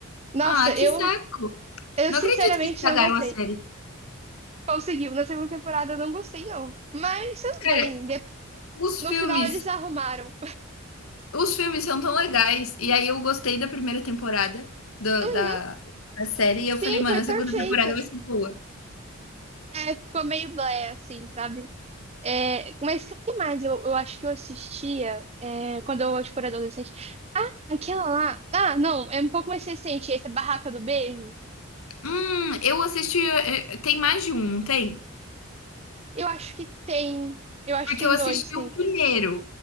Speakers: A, on the right (about 30°); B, on the left (about 80°).
A: nossa,
B: Ah, que
A: eu
B: saco.
A: eu
B: Não
A: sinceramente
B: acredito que estragaram
A: não gostei.
B: a série.
A: Conseguiu, na segunda temporada eu não gostei, não. Mas tudo
B: Cara,
A: bem, de-
B: os
A: no
B: filmes
A: final eles arrumaram.
B: os filmes são tão legais. E aí eu gostei da primeira temporada do-
A: Uhum,
B: da, da série. E eu falei,
A: sim,
B: mano,
A: foi
B: a
A: perfeita.
B: segunda temporada vai ser boa.
A: É, ficou meio blé, assim, sabe? É, mas o que mais eu, eu acho que eu assistia é, quando eu tipo, era adolescente? Ah, aquela lá. Ah, não, é um pouco mais recente, esse é Barraca do Beijo.
B: Hum, eu assisti. eh, eh, Tem mais de um, não tem?
A: Eu acho que tem. Eu acho
B: Porque
A: que tem
B: eu assisti
A: dois, sim.
B: o primeiro.